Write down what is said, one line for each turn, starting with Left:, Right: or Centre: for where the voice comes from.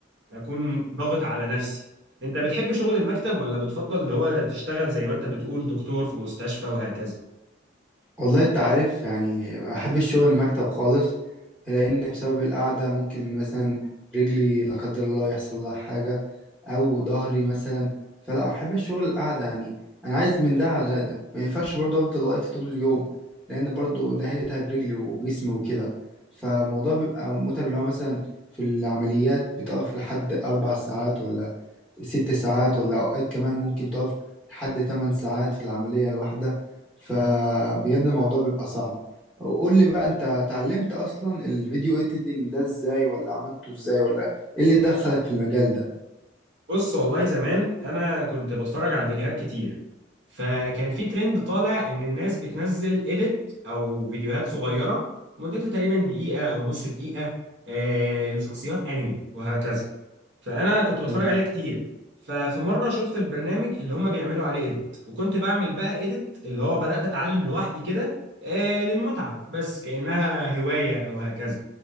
Right: اكون ضاغط على نفسي انت بتحب شغل المكتب ولا بتفضل اللي هو تشتغل زي ما انت بتقول دكتور في مستشفى وهكذا
Centre: والله انت عارف يعني ما بحب الشغل المكتب خالص لأن بسبب القعدة ممكن مثلا رجلي لا قدر الله يحصل لها حاجة أو ظهري مثلا فلا أحب الشغل القعدة يعني أنا عايز من ده على ده ما ينفعش برضه أفضل واقف طول اليوم لأن برضه ده هيتعب رجلي وجسمي وكده فالموضوع بيبقى متعب لو مثلا في العمليات بتقف لحد أربع ساعات ولا ست ساعات ولا أوقات كمان ممكن تقف لحد تمن ساعات في العملية الواحدة فبجد الموضوع بيبقى صعب قول لي بقى أنت اتعلمت أصلا الفيديو إيديتنج ده إزاي ولا عملته إزاي ولا إيه اللي دخلك في المجال ده؟
Right: بص والله زمان انا كنت بتفرج على فيديوهات كتير فكان في ترند طالع ان الناس بتنزل اديت او فيديوهات صغيره مدتها تقريبا دقيقه او نص دقيقه آه، لشخصيات انمي وهكذا فانا كنت بتفرج
Centre: مم.
Right: عليها كتير ففي مره شفت البرنامج اللي هم بيعملوا عليه اديت وكنت بعمل بقى اديت اللي هو بدات اتعلم لوحدي كده آه، للمتعه بس كانها هوايه او هكذا